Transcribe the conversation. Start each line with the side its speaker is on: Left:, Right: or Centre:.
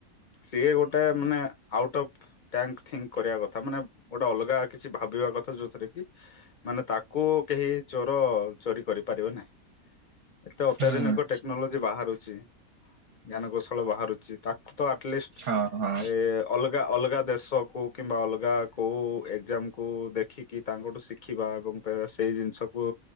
Left: ସିଏ ଗୋଟେ ମାନେ ଆଉଟ୍ ଅଫ୍ ଟାଇମ୍ ଥିଙ୍କ୍ କରିବା କଥା ମାନେ ଗୋଟେ ଅଲଗା କିଛି ଭାବିବା କଥା ଯୋଉଥିରେ କି ମାନେ ତାକୁ କେହି ଚୋର ଚୋରି କରିପାରିବେ ନାହିଁ। ଏତେ ଅତ୍ୟାଧୁନିକ
Right: ହୁଁ
Left: ଟେକ୍ନୋଲୋଜି ବାହାରୁଛି ଜ୍ଞାନ କୌଶଳ ବାହାରୁଛି ତାକୁ ତ ଆଟଲିଷ୍ଟ୍
Right: ହଁ ହଁ
Left: ଏ ଅଲଗା ଅଲଗା କୋଉ ଦେଶକୁ କିମ୍ବା ଅଲଗା କେଉଁ ଏକ୍ଜାମ୍ କୁ ଦେଖିକି ତାଙ୍କଠୁ ଶିଖିବା ଏବଂ ସେଇ ଜିନିଷକୁ